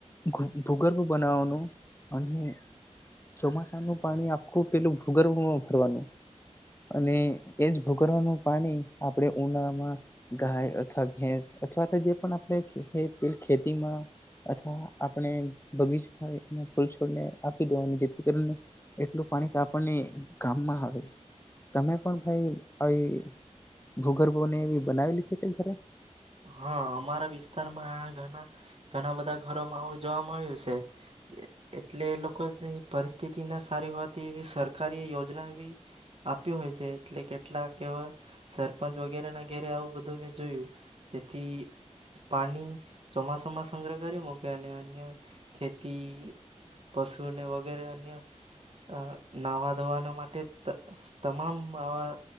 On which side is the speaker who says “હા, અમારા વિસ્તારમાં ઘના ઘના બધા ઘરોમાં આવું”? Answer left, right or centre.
Right